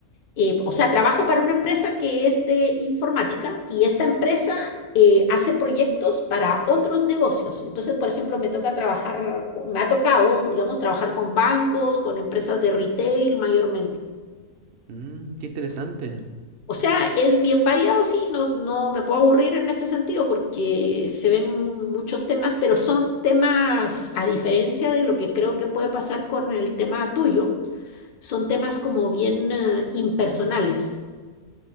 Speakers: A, on the left; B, on the right.
A: Eh, o sea, trabajo para una empresa que es de informática y esta empresa eh, hace proyectos para otros negocios. Entonces, por ejemplo, me toca trabajar, co- me ha tocado, digamos, trabajar con bancos, con empresas de retail mayormente
B: Mm, qué interesante.
A: o sea, es bien variado, sí, no, no me puedo aburrir en ese sentido porque se ven muchos temas, pero son temas, a diferencia de lo que creo que puede pasar con el tema tuyo, son temas como bien eh, impersonales.